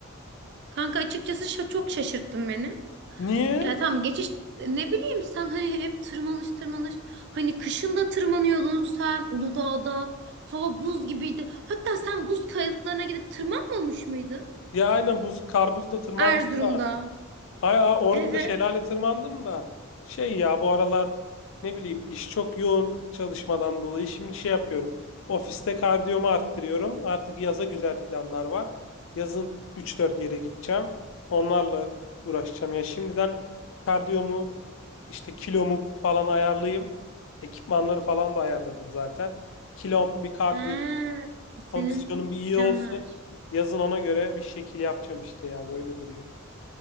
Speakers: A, on the right; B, on the left.
A: Kanka açıkçası şa- çok şaşırttın beni.
B: Niye?
A: Ya tamam geçiş ne bileyim sen hani hep tırmanış tırmanış hani kışın da tırmanıyordun sen Uludağ'da hava buz gibiydi. Hatta sen buz kayalıklarına gidip tırmanmamış mıydın?
B: Ya aynen buz kar buzda tırmandım
A: Erzurum'da.
B: da. Ay, ay, orada
A: Evet.
B: da şelale tırmandım da şey ya bu aralar ne bileyim iş çok yoğun çalışmadan dolayı şimdi şey yapıyorum. Ofiste kardiyomu arttırıyorum. Artık yaza güzel planlar var. Yazın üç dört yere gideceğim. Onlarla uğraşacağım. Ya şimdiden kardiyomu işte kilomu falan ayarlayayım. Ekipmanları falan da ayarladım zaten. Kilom bir kardiyo
A: He,
B: kondisyonum
A: senin
B: bir iyi
A: planlar.
B: olsun. Yazın ona göre bir şekil yapacağım işte yani öyle duruyor.